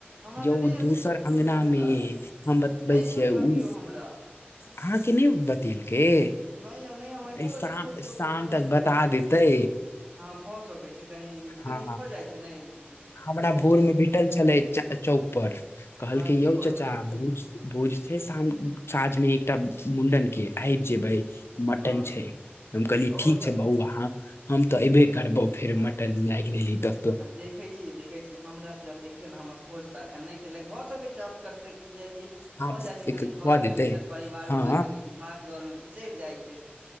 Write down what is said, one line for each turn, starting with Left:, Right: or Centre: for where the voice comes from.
Right: हमरा
Left: यौ
Right: तऽ नहि अथि
Left: दोसर
Right: खोजबो
Left: अंगना
Right: केलक
Left: मे हम बतबै
Right: नहि
Left: छियै
Right: खोजलक
Left: उ
Right: यौ हमरा
Left: अहाँके नहि बतेलकेै
Right: नहि यौ नहि हमरा एको
Left: अय
Right: रती
Left: शाम
Right: खोज
Left: शाम
Right: पता नहि
Left: तक
Right: केलकै
Left: बता देतै
Right: हँ भऽ सकै छै कनि
Left: हँ
Right: कनि भऽ जाइ छै ने
Left: हमरा
Right: अथी
Left: भोर मे भेटल छलै च- चौक पर कहलकै
Right: हँ की
Left: यौ
Right: कहै
Left: चाचा
Right: छै
Left: भोज भोज छै शाम साँझ मे एकटा मुं्डन के आबि जेबै मटन
Right: हँ
Left: छै हम कहलिय
Right: ओ
Left: ठीक छै
Right: तऽ
Left: बौआ हम तऽ ऐबे करबौ फेर
Right: हँ
Left: मटन लागि गेलेली ततऽ
Right: हँ देखै छियै देख कहै छी हमरा से आब देखियौ ने हमर खोज तऽ अखन नहि केलक भऽ सक छै आब करते कियकि
Left: हँ
Right: भऽ
Left: कऽ
Right: जाइ छै कनि घरमे
Left: देतै
Right: इधर परिवारवालला
Left: हँ
Right: कनि भाग दौड़मे बिसरि जाइ छै